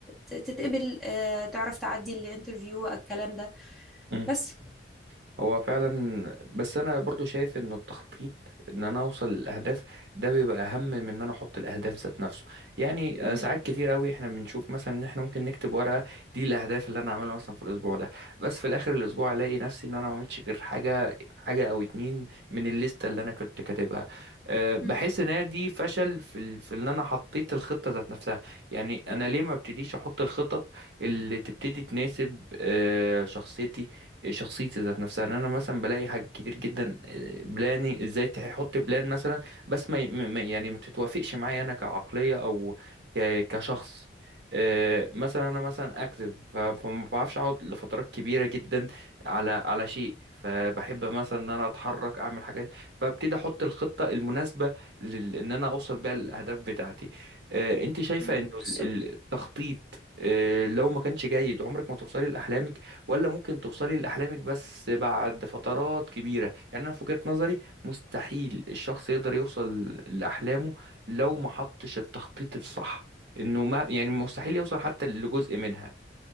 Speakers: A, in the centre; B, on the right.
A: ت- تتقبل آه، تعرف تعدي الانترفيو الكلام ده
B: مم.
A: بس
B: هو فعلا بس انا برضو شايف انه التخطيط ان انا اوصل للاهداف ده بيبقى اهم من ان انا احط الاهداف ذات نفسه يعني
A: امم
B: آه، ساعات كتير قوي احنا بنشوف مثلا ان احنا ممكن نكتب ورقه دي الاهداف اللي انا هعملها مثلا في الاسبوع ده بس في الاخر الاسبوع الاقي نفسي ان انا ما عملتش غير حاجه حاجه او اتنين من الليسته اللي انا كنت كاتبها أه بحس
A: امم
B: ان هي دي فشل في ال... في ان انا حطيت الخطه ذات نفسها يعني انا ليه ما ابتديش احط الخطط اللي تبتدي تناسب أه شخصيتي شخصيتي ذات نفسها ان انا مثلا بلاقي حاجات كتير جدا آه، بلاني ازاي تحط بلان مثلا بس ما ي- ما- يعني ما تتوافقش معايا انا كعقلية او ك- كشخص آه، مثلا انا مثلا اكتف ف- فما بعرفش اقعد لفترات كبيره جدا على على شيء فبحب مثلا ان انا اتحرك اعمل حاجات فابتدي احط الخطه المناسبه لل- ان انا اوصل بيها الاهداف بتاعتي آه، انت شايفه
A: امم
B: انه
A: بالظبط
B: ال- ال- التخطيط آه، لو ما كانش جيد عمرك ما توصلي لاحلامك ولا ممكن توصلي لأحلامك بس بعد فترات كبيرة يعني أنا في وجهة نظري مستحيل الشخص يقدر يوصل لأحلامه لو ما حطش التخطيط الصح إنه ما يعني مستحيل يوصل حتى لجزء منها